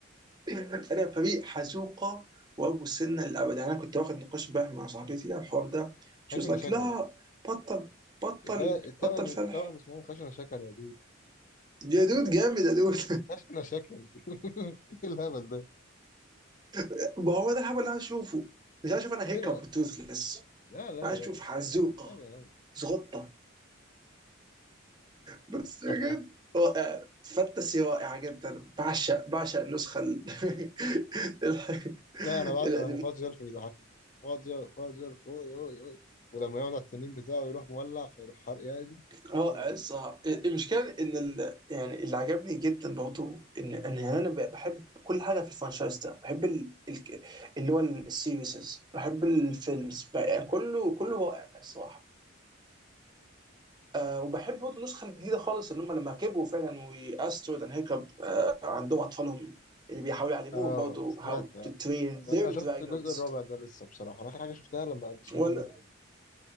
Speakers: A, on the right; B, on the left.
A: <laughs> انا فريق حزوقه وابو سنه للابد يعني انا كنت واخد نقاش امبارح مع صاحبتي عن الحوار ده شي
B: خشنة
A: واز لايك
B: شكل
A: لا
B: يا دود
A: بطل بطل
B: كفاية التوأم
A: بطل فلح
B: التوأم اسمهم خشنة شكل يا دود
A: يا دود جامد يا دود
B: خشنة شكل <laughs> ايه الهبل ده
A: <laughs> ما هو ده الهبل اللي عايز اشوفه مش عايز اشوف انا هيكب
B: ايوه
A: توثلس
B: لا لا
A: عايز
B: لا
A: اشوف حزوقه
B: بتخانق يا عم
A: زغطه بس
B: <laughs>
A: بجد رائع فانتسي رائعه جدا بعشق بعشق النسخه ال- <laughs> الح-
B: لا انا بع...
A: الأنمي.
B: انا مخاط جلف بيضحكني مخاط جلف مخاط جلف اوي اوي اوي ولما يقعد على التنين بتاعه يروح مولع فيروح حرق يا دي
A: رائع
B: والله العظيم.
A: الصراحه المشكله ان ال... يعني اللي عجبني جدا برضو ان ان يعني انا ب- بحب كل حاجه في الفرنشايز ده بحب ال... ال... اللي هو السيريسز بحب الفيلمز بقى- يعني كله كله رائع الصراحه آه وبحب برضه النسخه الجديده خالص اللي هم لما كبروا فعلا واسترويد اند هيكب آه عندهم اطفالهم اللي بيحاولوا يعلموهم
B: اه
A: برضه
B: سمعت
A: هاو
B: اه
A: تو ترين ذير
B: انا
A: دراجونز
B: شفت الجزء الرابع ده لسه بصراحه انا اخر حاجه شفتها لما ابو حسين
A: ولا
B: قابل